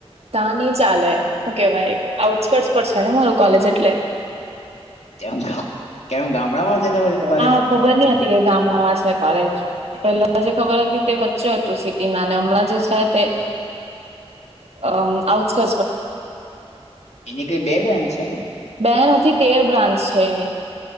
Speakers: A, on the right (about 70°); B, on the left (about 85°).
A: તને. ચાલે ઓકે ભાઈ આઉટકર્ટ પર છે ને મારું કોલે એટલે પ્લે
B: કે કેમ ગામડામાં છેક કોલેજ
A: હા ખબર નહ ગામડામાં છે કોલેજ પહેલા જે ખબર હતી તે વચ્ચે હતું સિટીના અને હમણાં જે છે તે અન પર છે
B: એની કઈ
A: બે બ્રાન્ચ
B: છે ને
A: બે નથી તેર બ્રાંચ છે એની